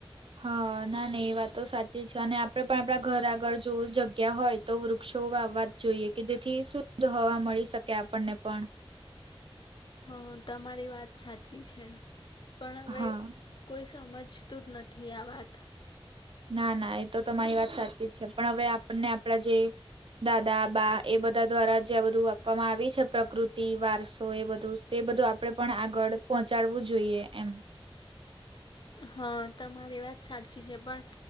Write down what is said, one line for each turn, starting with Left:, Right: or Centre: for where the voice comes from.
Right: હા ના ના એ વાત તો સાચી છે અને આપડે પણ આપડા ઘર આગળ જોવું જગ્યા જગ્યા હોય તો વૃક્ષો વાવવા જોઈએ કે જેથી સૃધ હવા મળી શકે આપણને પણ
Left: હા તમારી વાત સાચી છે પણ હવે
Right: હા
Left: કોઈ સમજતું જ નથી આ વાત
Right: ના ના એ તો તમારી વાત સાચી જ છે પણ હવે આપણને આપણા જે દાદા બા એ બધા દ્વારા જે બધું આપવામાં આવી છે પ્રકૃતિ વારસો એ બધું તો એ બધું આપણે પણ આગળ પહોંચાડવું જોઈએ એમ
Left: હા તમારી વાત સાચી છે પણ